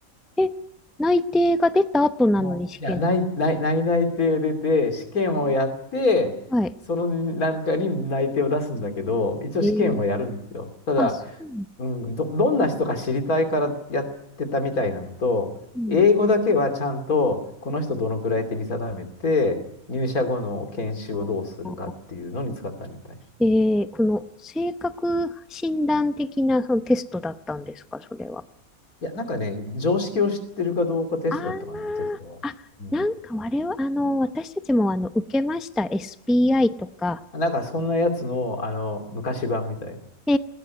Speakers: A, in the centre; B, on the left (about 85°).
A: え、内定が出た後なのに試験。
B: の、いや、内、内、内内定を出て、試験をやって、
A: あはい。
B: そのなんかに内定を出すんだけど、一応試験をやるんですよ。
A: ええ
B: ただ、
A: あ、そう。
B: うん、ど、どんな人か知りたいからやってたみたいなのと、
A: うん。
B: 英語だけはちゃんと、この人どのくらいって見定めて、入社後の研修をどうするかっていうのに使ったみたい。
A: ああえー、この性格診断的なそのテストだったんですか、それは。
B: いや、なんかね、常識を知ってるかどうかテストだったかな、
A: ああ、
B: テストは。
A: あ、
B: うん。
A: なんか我々、あの、私たちもあの受けました、SPI とか。
B: なんかそんなやつの、あの、昔版みたいな。
A: え